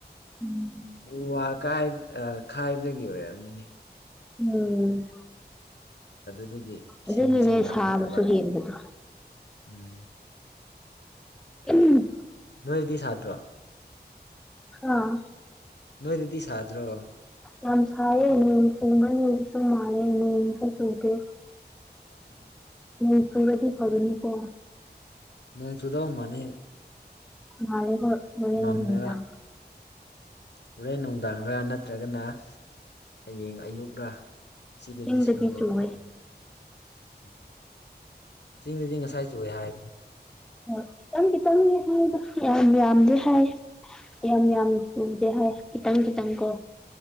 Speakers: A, in the centre; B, on the left.
A: ꯎꯝ
B: ꯎ ꯋꯥ ꯀꯥꯏ ꯈꯥꯏꯕꯗꯒꯤ ꯑꯣꯏꯔꯝꯅꯤꯅꯦ
A: ꯎꯝ
B: ꯑꯗꯨꯗꯒꯤ ꯏꯁꯤꯡꯁꯦ
A: ꯑꯗꯨꯒꯤꯅꯦ
B: ꯌꯥꯝꯃꯛꯇꯕ
A: ꯁꯥꯕꯁꯨ ꯍꯦꯟꯕꯗꯣ
B: ꯎꯝ
A: ꯎꯝ
B: ꯅꯣꯏꯗꯤ ꯁꯥꯗ꯭ꯔꯣ
A: ꯑꯥ
B: ꯅꯣꯏꯗꯗꯤ ꯁꯥꯗ꯭ꯔꯣ
A: ꯌꯥꯝ ꯁꯥꯏꯌꯦ ꯅꯣꯡ <unintelligible> ꯁꯨ ꯃꯥꯜꯂꯦ ꯅꯣꯡ ꯁꯨ ꯆꯨꯗꯦ
B: ꯎꯝ
A: ꯅ‌ꯣꯡ ꯆꯨꯔꯗꯤ ꯐꯒꯅꯤ ꯀꯣ
B: ꯅꯣꯡ ꯆꯨꯗꯧ ꯃꯥꯂꯦ
A: ꯃꯥꯜꯂꯦ ꯍ‌ꯣꯏ ꯍ‌ꯣꯔ‌ꯦꯟ
B: ꯃꯝꯃꯦꯕ
A: ꯅꯨꯃꯤꯗꯥꯡ
B: ꯍꯣꯔꯦꯟ ꯅꯨꯡꯗꯥꯡꯔꯥ ꯅꯠꯇ꯭ꯔꯒꯅ ꯍꯌꯦꯡ ꯑꯌꯨꯛꯔ ꯁꯤꯗꯗꯤ
A: ꯆꯤꯡꯗꯗꯤ
B: ꯁꯣꯏꯗꯧ
A: ꯆꯨꯋꯦ
B: ꯃꯥꯟꯗ꯭ꯔ‌ꯦ ꯎꯝ ꯆꯤꯡꯗꯗꯤ ꯉꯁꯥꯏ ꯆꯨꯏꯌ‌ꯦ ꯍꯥꯏꯕꯅꯦ ꯫
A: ꯍ‌ꯣꯏ ꯈꯤꯇꯪ ꯈꯤꯇꯪꯅꯤ ꯍꯥꯏꯌ‌ꯦꯗ ꯌꯥꯝ ꯌꯥꯝꯗ‌ꯦ ꯍꯥꯏ ꯌꯥꯝ ꯌꯥꯝꯅ ꯆꯨꯗꯦ ꯍꯥꯏ ꯈꯤꯇꯪ ꯈꯤꯇꯪ ꯀꯣ